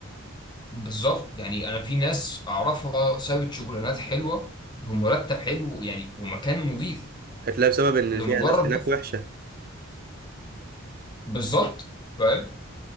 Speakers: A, on the left; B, on the right.
A: بالظبط يعني أنا في ناس أعرفها سابت شغلانات حلوة بمرتب حلو يعني ومكان نظيف
B: هتلاقي بسبب ان
A: لمجرد
B: فيها ناس هناك
A: بس
B: وحشه
A: بالظبط فاهم